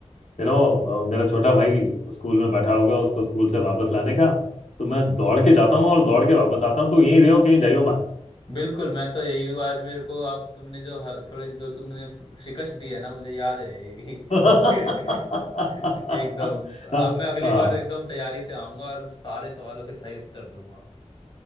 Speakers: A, on the left; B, on the left.
A: यू नो मेरा छोटा भाई स्कूल में बैठा होगा उसको स्कूल से वापस लाने का तो मैं दौड़ के जाता हूँ और दौड़ के वापस आता हूँ तो यहीं रहो कहीं जाइयो मत
B: बिल्कुल मैं तो यही हूँ आज मेरे को आप तुमने जो हल, थोड़े जो तुमने शिकस्त दी है ना मुझे याद रहेगी
A: <laughs> हाँ
B: <laughs> एकदम तो अब मैं अगली
A: हाँ,
B: बार एकदम तैयारी से आऊंगा और सारे सवालों के सही उत्तर दूंगा